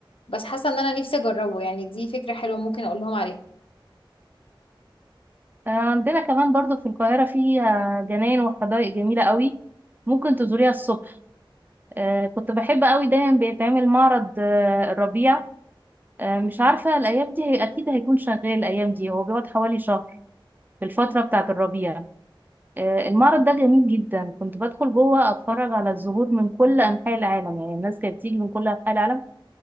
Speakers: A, on the left; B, on the right.
A: بس حاسة ان انا نفسي اجربه يعني دي فكرة حلوة ممكن اقول لهم عليها
B: عندنا كمان برضو في القاهرة فيها جناين وحدائق جميلة قوي ممكن تزوريها الصبح آه، كنت بحب قوي دايما بيتعمل معرض آه، الربيع آه، مش عارفة الأيام دي هي أكيد هيكون شغال الأيام دي هو بيقعد حوالي شهر في الفترة بتاعة الربيع آه، المعرض ده جميل جدا كنت بدخل جوه أتفرج على الزهور من كل أنحاء العالم يعني الناس كانت بتيجي من كل أنحاء العالم